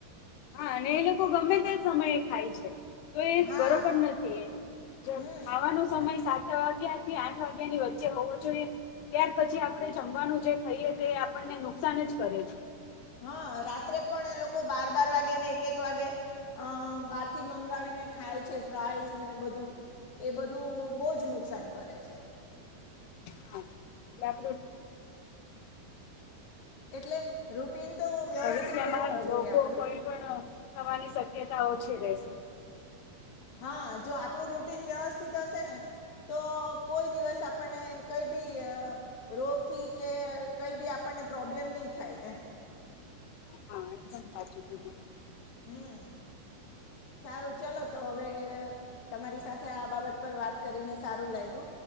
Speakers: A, on the left; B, on the left.
A: હા. અને એ લોકો ગમે તે સમયે ખાય છે. તો એ જ
B: હા
A: બરોબર નથી એ. જમ
B: હમ
A: ખાવાનો સમય સાત વાગ્યા થી આઠ વાગ્યા ની વચ્ચે હોવો જોઈએ. ત્યાર પછી આપણે જમવાનું જે ખાઈએ તે આપણને નુકસાન જ કરે છ.
B: હા. રાત્રે પણ એ લોકો બાર-બાર વાગે ને એક-એક વાગે અહ બહારથી મંગાવીને ખાય છે, ફ્રાઈઝ ને એ બધું. એ બધું બહુ જ નુકસાન કરે છે.
A: હા. એટલે આપણું
B: એટલે રૂટીન તો વ્યવસ્થિત
A: ભવિષ્યમાં
B: હોવું જ જોઈએ
A: રોગો
B: આપણું.
A: કોઈ પણ થવાની શક્યતા ઓછી રહેશે.
B: હા. જો આપણું રૂટીન વ્યવસ્થિત હશે ને તો કોઈ દિવસ આપણને કઈ બી અ રોગથી કે કઈ બી આપણને પ્રોબ્લેમ નહી થાય એમ.
A: હા એકદમ સાચું કીધું તમે
B: હમ્મ. સારું ચલો તો હવે તમારી સાથે આ બાબત પર વાત કરીને સારું લાયગુ.